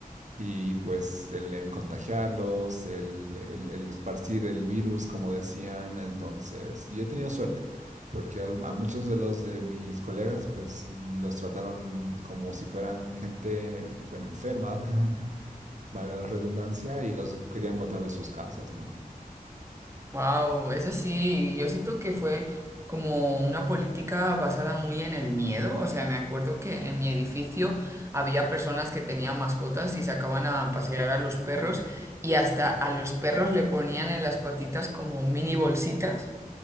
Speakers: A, on the right (about 55°); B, on the right (about 20°).
A: Y pues el, eh, contagiarlos, el, el- el esparcir el virus, como decían. Entonces, yo he tenido suerte, porque al- a, muchos de los de mis colegas, pues mm, los trataron como si fueran gente, bueno, enferma, <laughs> valga la redundancia, y los querían botar de sus casas, ¿no?
B: Wow, eso sí, yo siento que fue como una política basada muy en el miedo. O sea, me acuerdo que en mi edificio había personas que tenían mascotas y sacaban a pasear a los perros y hasta a los perros le ponían en las patitas como mini bolsitas.